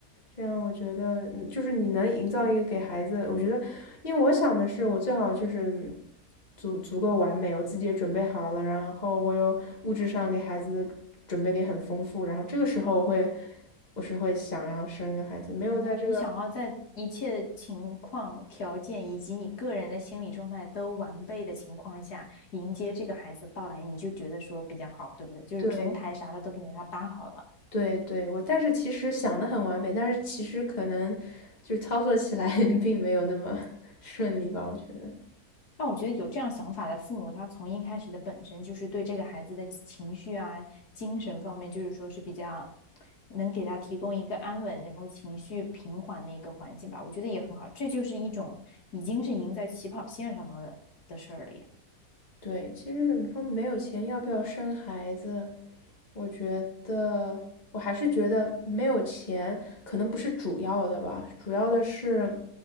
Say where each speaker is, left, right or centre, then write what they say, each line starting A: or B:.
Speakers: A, on the left (about 25°); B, on the left (about 80°).
A: 这样我觉得，嗯，就是你能营造一个给孩子，我觉得，因为我想的是，我最好就是足足够完美，我自己也准备好了，然后我有物质上给孩子的准备的也很丰富，然后这个时候我会，我是会想要生一个孩子，没有在这个，
B: 哦，你想要在一切情况、条件以及你个人的心理状态都完备的情况下，迎接这个孩子的到来，你就觉得说比较好，对不对？就是平台啥的都给他搭好了。
A: 对对对，我但是其实想的很完美，但是其实可能就是操作起来 <laughs> 并没有那么 <laughs> 顺利吧，我觉得，
B: 但我觉得有这样想法的父母，他从一开始的本身就是对这个孩子的情绪啊、精神方面，就是说是比较能给他提供一个安稳，然后情绪平缓的一个环境吧。我觉得也很好，这就是一种已经是赢在起跑线上的的事儿了。
A: 对，其实怎么说，没有钱要不要生孩子？我觉得我还是觉得没有钱可能不是主要的吧，主要的是